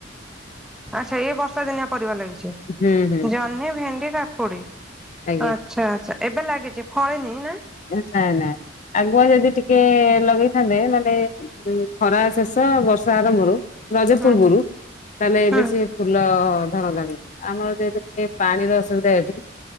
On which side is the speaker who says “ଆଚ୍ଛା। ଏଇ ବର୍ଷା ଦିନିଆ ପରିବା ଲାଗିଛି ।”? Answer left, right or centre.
Centre